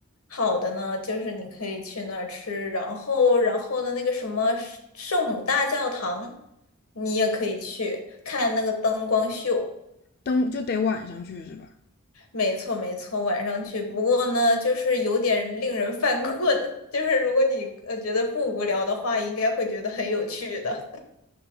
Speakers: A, on the left; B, on the left.
A: 好的呢，就是你可以去那儿吃，然后然后的那个什么圣圣母大教堂，你也可以去看那个灯光秀。
B: 灯就得晚上去是吧？
A: 没错没错，晚上去。不过呢，就是有点令人犯困，<laughs> 就是如果你呃觉得不无聊的话，应该会觉得很有趣的。